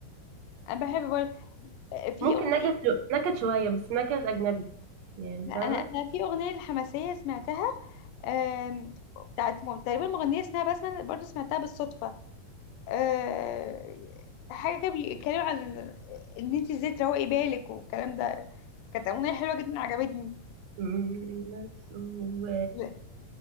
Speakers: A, on the left; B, on the right.
A: أنا بحب برضه آه، في
B: ممكن
A: أغنية
B: نكد نكد شوية بس نكد اجنبي يعني
A: لا أنا
B: فاهمة
A: أنا في أغنية الحماسية سمعتها آم، بتاعت م- تقريبا مغنية اسمها بسمة برضه سمعتها بالصدفة آه، حاجه كده بيتكلم عن ان انت ازاي تروقي بالك والكلام ده كانت اغنيه حلوه جدا عجبتني
B: مم، بس و
A: لا